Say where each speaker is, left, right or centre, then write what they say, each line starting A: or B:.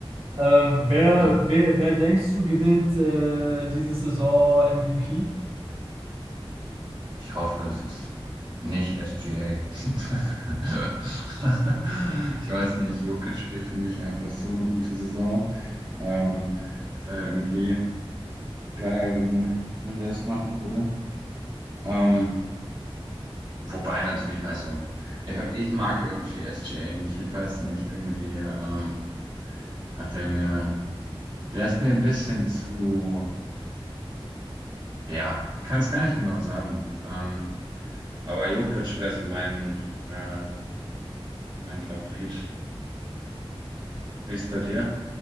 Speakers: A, on the right; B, on the right.
A: Ähm, wer,
B: Hm,
A: wer, wer denkst du gewinnt äh, diese Saison MVP?
B: Ich hoffe, es ist nicht SGA. <laughs> Ich weiß nicht, Jokic spielt für mich einfach so eine gute Saison. Ähm, wäre irgendwie geil, wenn, wenn der es machen würde. Ähm, wobei natürlich, also ich, ich mag irgendwie SGA nicht, ich weiß nicht, irgendwie. Ähm, hat der mir, der ist mir ein bisschen zu, ja, ich kann es gar nicht genau sagen. Ähm, aber Jokic wäre so mein, äh, mein Favorit. Wie ist bei dir?